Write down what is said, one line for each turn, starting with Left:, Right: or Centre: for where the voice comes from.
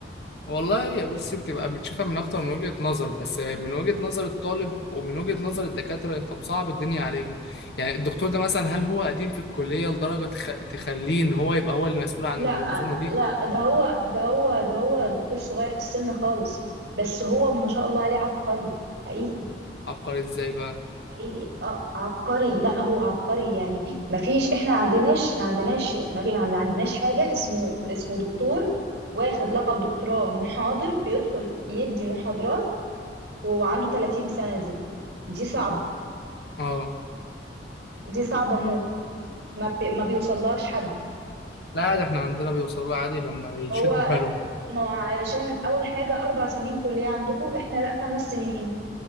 Left: والله يا بص بتبقى بتشوفها من اكتر من وجهة نظر بس من وجهة نظر الطالب ومن وجهة نظر الدكاترة انت مصعب الدنيا عليهم يعني الدكتور ده مثلا هل هو قديم في الكلية لدرجة تخ... تخليه ان هو يبقى هو اللي مسؤول عن
Right: لا
Left: المنظومة دي
Right: لا ده هو ده هو ده هو دكتور صغير في السن خالص بس هو ما شاء الله عليه عبقري حقيقي
Left: عبقري ازاي بقى
Right: حقيقي آه، عبقري لا هو عبقري يعني ما فيش احنا ما عندناش ما عندناش ما في ما عندناش حاجه اسمه اسمه دكتور واخد لقب دكتوراه محاضر بيدخل يدي محاضرات وهو عنده 30 سنه دي دي صعبه
Left: اه
Right: دي صعبه موت ما بي ما بيوصلهاش حد
Left: لا عادي احنا عندنا بيوصلوا له عادي لما يشدوا
Right: هو
Left: حيلهم
Right: ما هو علشان اول حاجه اربع سنين كليه عندكم احنا لا خمس سنين